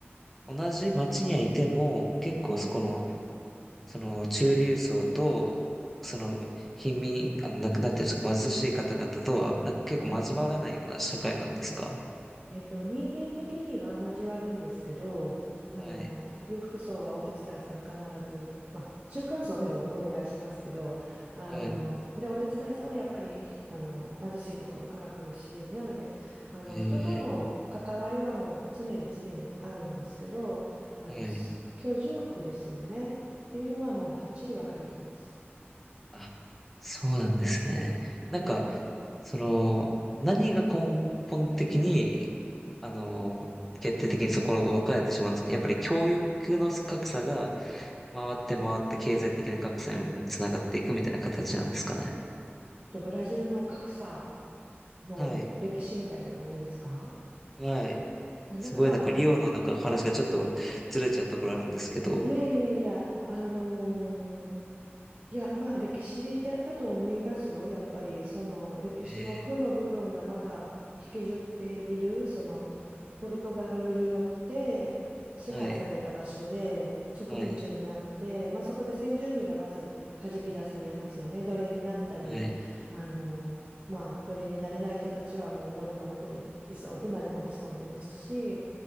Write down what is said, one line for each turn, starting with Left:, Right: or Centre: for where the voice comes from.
Centre: 同じ町にはいても、結構そこの、
Right: ええ、
Centre: その中流層と、その貧民、あの、なくなってる貧しい方々とは、なんか結構交わらないような社会なんですか
Right: えええっと、人間的には交わるんですけど、あの、
Centre: はい。
Right: 裕福層はお手伝いさん必ず、まあ、中間層でもお願いしますけど、あの、
Centre: はい。
Right: で、お手伝いさんはやっぱり、あの、貧しいところから来るし、なので、あの、
Centre: え
Right: 人との関わりはもう常に常にあるんですけど、あの、
Centre: ー、はい。
Right: す居住区ですよね。っていうのはもうバッチリ分かれてます。
Centre: あ、そうなんですね。なんか、
Right: えーっ
Centre: その、何が根本的に、あの、決定的にそこを分かれてしまうんですかね。やっぱり教育の格差が回って回って経済的な格差にもつながっていくみたいな形なんですかね。
Right: と、ブラジルの格差の歴史みたいな感じですか
Centre: はい。はい。
Right: いやなんかまあ
Centre: すごいなんかリオのなんかお話がちょっとずれちゃうところあるんですけど。
Right: いやいやいや、あのーいや、まあ歴史でだと思いますよ。やっぱりその歴史の負の部分がまだ引きずっている、
Centre: え
Right: そのポルトガルによって支配された場所で植民地になって、
Centre: ー、はい、はい、
Right: まあ、そこで先住民がまず弾き出されますよね。奴隷になったり、
Centre: はい。
Right: あのまあ、奴隷になれない人たちはもう森の奥に潜ん、今でも潜んでますし。